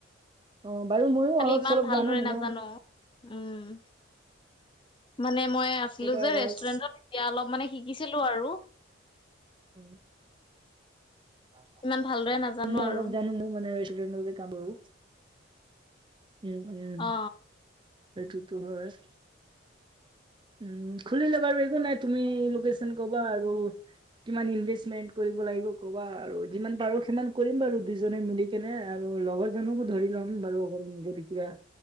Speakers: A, on the right; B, on the left.
A: অঁ বাৰু ময়ো
B: খালি
A: অলপ
B: ইমান
A: চলপ
B: ভালদৰে
A: জানো মানে
B: নাজানো উম মানে মই আছিলো
A: কেইটা
B: যে
A: ৰাইচ
B: ৰেষ্টুৰেণ্টত এতিয়া অলপ মানে শিকিছিলোঁ আৰু।
A: <inaudible> <inaudible>
B: ইমান ভালদৰে নাজানো
A: টা
B: আৰু
A: কৰোঁ, উম উম এইটোতো
B: অ
A: হয়। উম, খুলিলে বাৰু একো নাই তুমি লোকেশ্যন কবা আৰু। কিমান ইনভেষ্টমেন্ট কৰিব লাগিব ক'বা আৰু যিমান পাৰো সিমান কৰিম বাৰু দুজনে মিলি কেনে আৰু লগৰ জনকো ধৰি ল'ম বাৰু অকল নিজে তেতিয়া